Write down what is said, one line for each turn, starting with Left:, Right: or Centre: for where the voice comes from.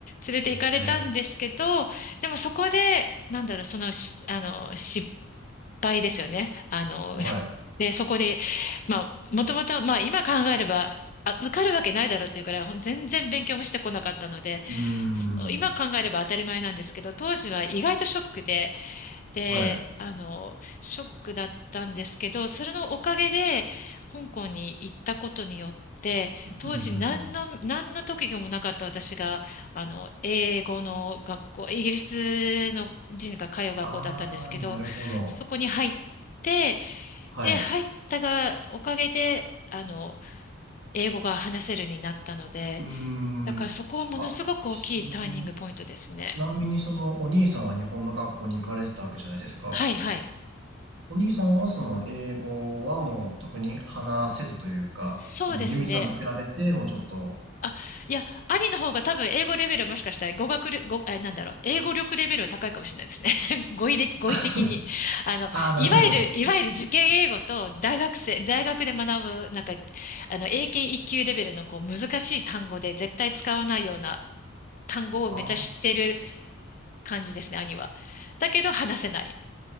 Left: 連れて行かれたんですけど、
Right: <laughs> え
Left: でもそこで、なんだろう、そのし、あの、失敗ですよね。あの、
Right: ー、
Left: ふくで、
Right: はい。
Left: そこで、まあ、もともと、まあ、今考えれば、あ、受かるわけないだろうっていうから、ほん全然勉強もしてこなかったので、
Right: うーん。
Left: 今考えれば当たり前なんですけど、当時は意外とショックで、であの、
Right: はい。
Left: ショックだったんですけど、それのおかげで、香港に行ったことによって、当時何の、
Right: ふんふんふん。
Left: 何の特技もなかった私が、あの、英語の学校、イギリスの人が通う学校だったんですけど、
Right: ああ、なるほど。
Left: そこに入って、
Right: はい。
Left: で、入ったが、おかげで、あの、英語が話せるようになったので、
Right: うー
Left: だからそこはものすごく大きいターニングポイントですね。
Right: ん。あ、ちなみにそのお兄さんは日本の学校に行かれてたわけじゃないですか。
Left: はいはい。
Right: お兄さんはその英語はもう特に話せずというか、
Left: そうですね。
Right: そのユミさんと比べてもうちょっと、
Left: あ、いや、兄の方が多分英語レベルはもしかしたら語学力、語、え、なんだろう、英語力レベルは高いかもしれないですね。<laughs> 語彙で、語彙的に。
Right: あ、そうです。
Left: あの、
Right: ああ、なるほど、
Left: いわゆる、
Right: なるほど。
Left: いわゆる受験英語と大学生、大学で学ぶ、なんか、あの、英検一級レベルのこう難しい単語で絶対使わないような単語をめちゃ知ってる
Right: あ
Left: 感じですね、兄は。だけど話せない。